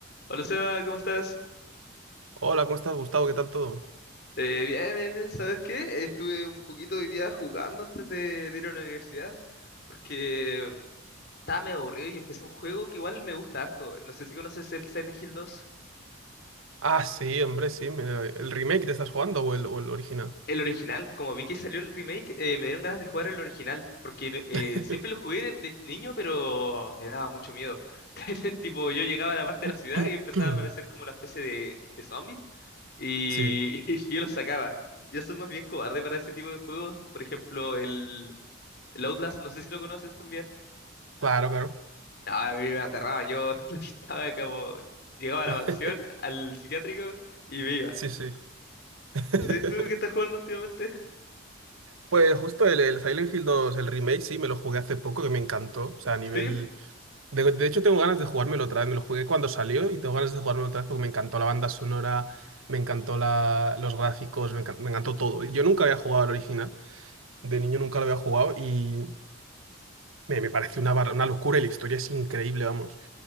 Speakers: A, on the left; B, on the right.
A: Hola Seba, ¿cómo estás?
B: Hola, ¿cómo estás, Gustavo? ¿Qué tal todo?
A: Eh, bien, bien, bien, ¿sabes qué? Estuve un poquito hoy día jugando antes de, de ir a la universidad porque estaba medio aburrido y empecé un juego que igual me gusta harto. No sé si conoces el Silent Hill 2.
B: Ah, sí, hombre, sí. me- ¿El remake te estás jugando o el, o el original?
A: El original, como vi que salió el remake, eh, me dieron ganas de jugar el original porque eh,
B: <coughs>
A: siempre lo jugué de, de niño, pero me daba mucho miedo. <laughs> Tipo, yo llegaba a la parte de la ciudad
B: <clears throat>
A: y empezaba a aparecer como la especie de, de zombies Y,
B: Sí,
A: <laughs> y yo lo sacaba. Yo soy más bien cobarde para ese tipo de juegos. Por ejemplo, el, el Outlast, no sé si lo conoces también.
B: claro, claro.
A: No, a mí me aterraba. Yo <laughs> estaba como... Llegaba a la
B: <laughs>
A: mansión, al psiquiátrico y me iba.
B: Sí, sí. <laughs>
A: ¿No sé si tú que estás jugando últimamente?
B: Pues justo el, el Silent Hill 2, el remake, sí, me lo jugué hace poco, que me encantó. O sea, a nivel...
A: Sí.
B: De, de hecho, tengo ganas de jugármelo otra vez. Me lo jugué cuando salió y tengo ganas de jugármelo otra vez porque me encantó la banda sonora, me encantó la, los gráficos, me, encan- me encantó todo. Yo nunca había jugado al original. De niño nunca lo había jugado y... Me, me parece una, bar- una locura y la historia es increíble, vamos.